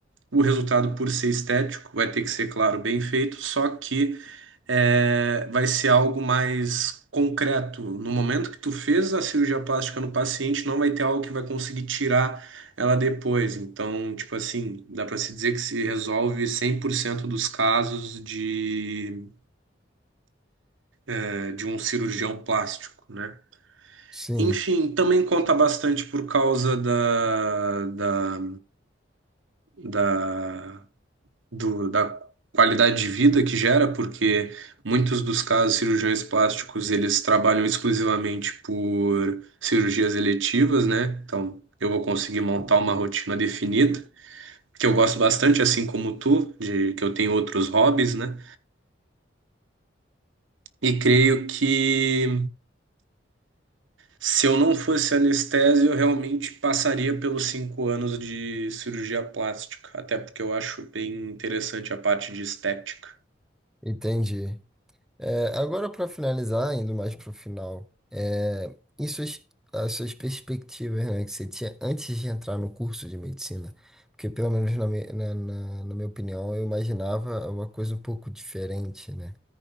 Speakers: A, on the right; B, in the centre.
A: o resultado, por ser estético, vai ter que ser, claro, bem feito, só que é, vai ser algo mais concreto. No momento que tu fez a cirurgia plástica no paciente, não vai ter algo que vai conseguir tirar ela depois. Então, tipo assim, dá para se dizer que se resolve 100% dos casos de, é, de um cirurgião plástico, né?
B: sim,
A: Enfim, também conta bastante por causa da, da, da do, da qualidade de vida que gera, porque muitos dos casos, cirurgiões plásticos, eles trabalham exclusivamente por cirurgias eletivas, né? Então, eu vou conseguir montar uma rotina definida, que eu gosto bastante, assim como tu, de que eu tenho outros hobbies, né? E creio que se eu não fosse anestésio, eu realmente passaria pelos cinco anos de cirurgia plástica, até porque eu acho bem interessante a parte de estética.
B: entendi. É, agora, para finalizar, indo mais para o final, é, e suas, as suas perspectivas, né, que você tinha antes de entrar no curso de medicina? Porque, pelo menos na, mi- na, na, na minha opinião, eu imaginava uma coisa um pouco diferente, né?